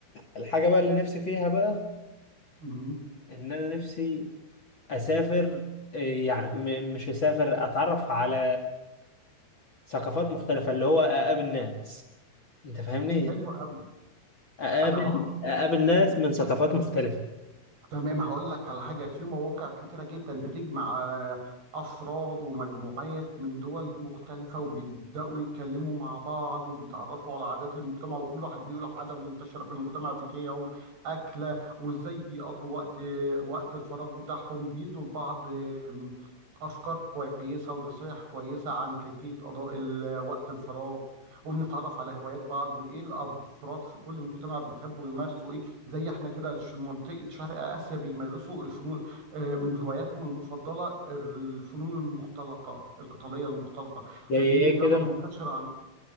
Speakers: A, on the left; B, on the right.
A: الحاجة بقى اللي نفسي فيها بقى
B: مهم.
A: ان انا نفسي اسافر إيه، يعني م- مش اسافر اتعرف على ثقافات مختلفة اللي هو اقابل ناس انت فاهمني
B: حلو قوي
A: اقابل
B: أنا هقول
A: اقابل ناس من ثقافات مختلفة
B: تمام هقول لك على حاجة في مواقع كتيرة جدا بتجمع آه، أفراد ومجموعات من دول مختلفة وبيبدأوا يتكلموا مع بعض وبيتعرفوا على عادات المجتمع وكل واحد بيقول عادة منتشرة في المجتمع بتاعه أكلة وإزاي بيقضوا وقت وقت الفراغ بتاعهم بيدوا لبعض آم، أفكار كويسة ونصايح كويسة عن كيفية قضاء ال- وقت الفراغ وبنتعرف على هوايات بعض وإيه الأفراد في كل مجتمع بيحبوا يمارسوا إيه زي احنا كده ش- منطقة شرق آسيا بيمارسوا الفنون آه، من هواياتهم المفضلة الفنون المختلطة القتالية المختلطة
A: زي
B: فدي
A: ايه
B: رياضة
A: كده
B: منتشرة عن